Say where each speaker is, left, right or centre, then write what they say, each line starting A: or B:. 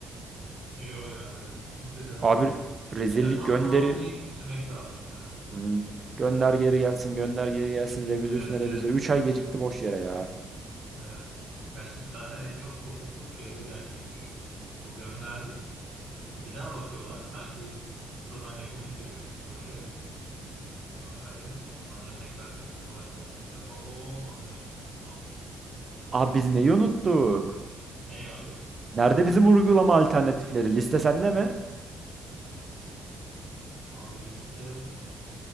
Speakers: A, on the right; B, on the right.
A: <laughs> Yo ya evet. O biraz.
B: Abi rezillik
A: Ya tam
B: gönderi.
A: tamamlayıp bitirmek lazım ya.
B: Hmm. Gönder geri gelsin, gönder geri gelsin. Revize
A: Evet
B: üstüne
A: evet.
B: revize. 3 ay gecikti boş yere ya.
A: Evet. Gerçi zaten en çok kopukluk şeyde gerçekleşiyor. O gönderdik. E, Bir daha bakıyorlar. Sanki sıfırdan yapılmış gibi proje makale. Sonra tekrar tekrar uğraşmak. Ya o, o olmasın evet mantıklı.
B: Abi biz neyi unuttuk?
A: Ne ya abi?
B: Nerede bizim uygulama alternatifleri? Liste sende mi?
A: Abi liste